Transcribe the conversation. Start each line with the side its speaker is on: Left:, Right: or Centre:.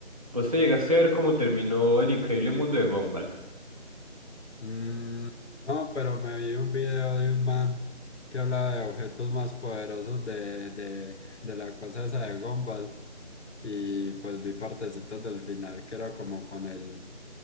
Right: ¿vos te llegaste a ver cómo terminó El Increíble Mundo de Gumball?
Left: Mm, no, pero me vi un video de un man que hablaba de objetos más poderosos de, de, de la cosa esa de Gumball y pues vi partecitos del final que era como con el,